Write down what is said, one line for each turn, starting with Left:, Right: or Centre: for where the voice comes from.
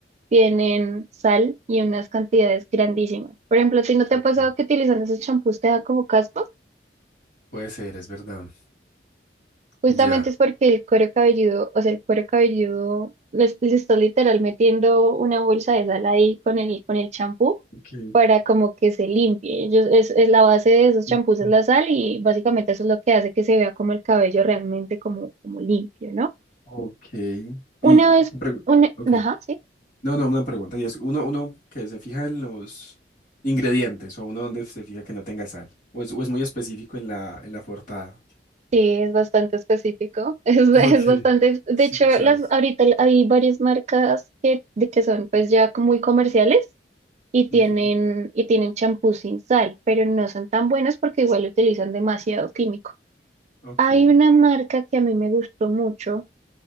Right: tienen sal y unas cantidades grandísimas. Por ejemplo, ¿a ti no te
Left: Ok.
Right: ha pasado que utilizando esos champús te da como caspa?
Left: Puede ser, es verdad.
Right: Justamente
Left: Ya.
Right: es porque el cuero cabelludo, o sea, el cuero cabelludo les, les está literal metiendo una bolsa de sal ahí con el, con el champú
Left: Okay,
Right: para como que se limpie. Ellos, es, es la base de esos champús
Left: okay,
Right: es la sal y básicamente eso es lo que hace que se vea como el cabello realmente como, como limpio, ¿no?
Left: ok.
Right: Una
Left: Y
Right: vez,
Left: pregu-
Right: una,
Left: ok.
Right: ajá, sí,
Left: No, no, una pregunta. Y es uno, uno que se fija en los ingredientes o uno donde se fija que no tenga sal. O es, o es muy específico en la, en la portada.
Right: sí, es bastante específico, <laughs> es, es
Left: Ok.
Right: bastante, de
Left: sí,
Right: hecho,
Left: Sin sal.
Right: las, ahorita hay varias marcas que, de que son pues ya muy comerciales y tienen,
Left: Ujú,
Right: y tienen champús sin sal, pero no son tan buenos porque igual utilizan demasiado químico.
Left: Ok.
Right: Hay una marca que a mí me gustó mucho,